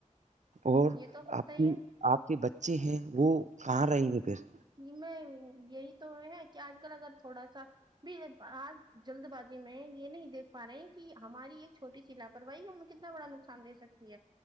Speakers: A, on the right; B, on the right.
A: اور
B: یہ تو ہوتا
A: آپ
B: ہی
A: کی
B: ہے
A: آپ کے بچے ہیں وہ کہاں رہیں گے پھر
B: ج میں یہی تو ہے کہ آج کل اگر تھوڑا سا ب آج جلد بازی میں یہ نہیں دیکھ پا رہے کہ ہماری ایک چھوٹی سی لاپرواہی ہمیں کتنا بڑا نقصان دے سکتی ہے